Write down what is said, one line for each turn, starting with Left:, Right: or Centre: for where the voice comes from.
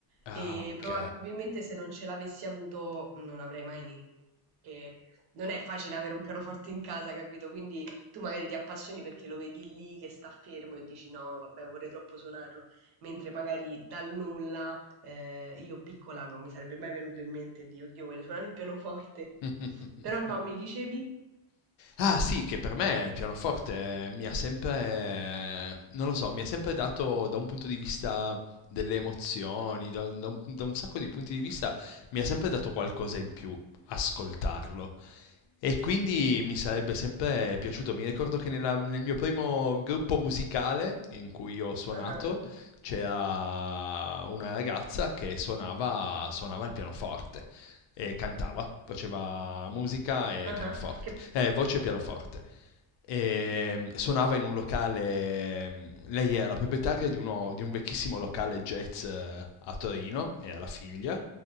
Left: ah,
Right: e
Left: ok.
Right: probabilmente se non ce l'avessi avuto non avrei mai iniziato perché non è facile avere un pianoforte in casa, capito? Quindi tu magari ti appassioni perché lo vedi lì che sta fermo e dici no, vabbè, vorrei troppo suonarlo, mentre magari dal nulla eh, io piccola non mi sarebbe mai venuto in mente di oddio, voglio suonare il pianoforte.
Left: <laughs>
Right: Però no, mi dicevi?
Left: Ah sì, che per me il pianoforte mi ha sempre, non lo so, mi ha sempre dato da un punto di vista delle emozioni, da, da un, da un sacco di punti di vista, mi ha sempre dato qualcosa in più ascoltarlo. E quindi mi sarebbe sempre piaciuto. Mi ricordo che nella- nel mio primo gruppo musicale in cui ho suonato
Right: Ah ah.
Left: c'era una ragazza che suonava, suonava il pianoforte e cantava, faceva musica e
Right: Ah-ah,
Left: pianoforte,
Right: che p
Left: eh, voce e pianoforte. E mm, suonava in un locale, mm, lei era la proprietaria di, uno- di un vecchissimo locale jazz eh, a Torino, era la figlia,